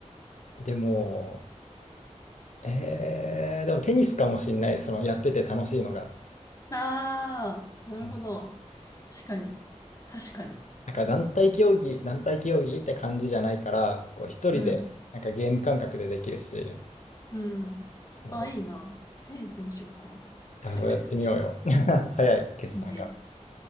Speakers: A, on the left; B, on the left.
A: う。でも、えー、でもテニスかもしんない、そのやってて楽しいのが。
B: ああ、なるほど。
A: うん
B: 確かに。確かに。
A: なんか団体競技、団体競技って感じじゃないから、こう一人でなんかゲーム感覚でできるし、
B: うん。うん。
A: そ
B: あ、いいな。テニスにしようかな。<laughs>
A: う、あそうやってみようよ。<laughs> 早い決断が。
B: いいね。